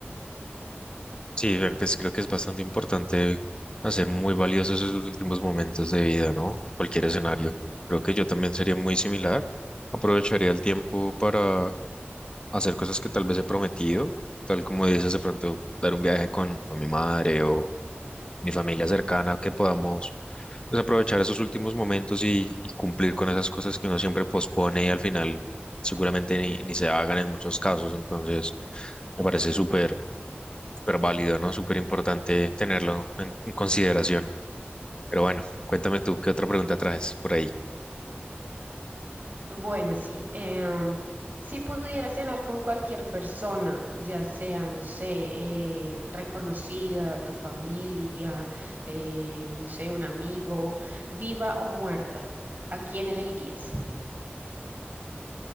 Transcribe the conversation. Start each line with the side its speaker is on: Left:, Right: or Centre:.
Left: Sí, ver, pues creo que es bastante importante hacer muy valiosos esos últimos momentos de vida, ¿no? Cualquier escenario. Creo que yo también sería muy similar. Aprovecharía el tiempo para hacer cosas que tal vez he prometido, tal como dices, de pronto dar un viaje con, con mi madre o mi familia cercana, que podamos pues, aprovechar esos últimos momentos y, y cumplir con esas cosas que uno siempre pospone y al final seguramente ni, ni se hagan en muchos casos. Entonces, me parece súper, súper válido, ¿no? Súper importante tenerlo en, en consideración. Pero bueno, cuéntame tú, ¿qué otra pregunta traes por ahí?
Right: Bueno, sí. em, si pudiera cenar con cualquier persona, ya sea, no sé, eh, reconocida, tu familia, eh, no sé, un amigo, viva o muerta, ¿a quién elegirías?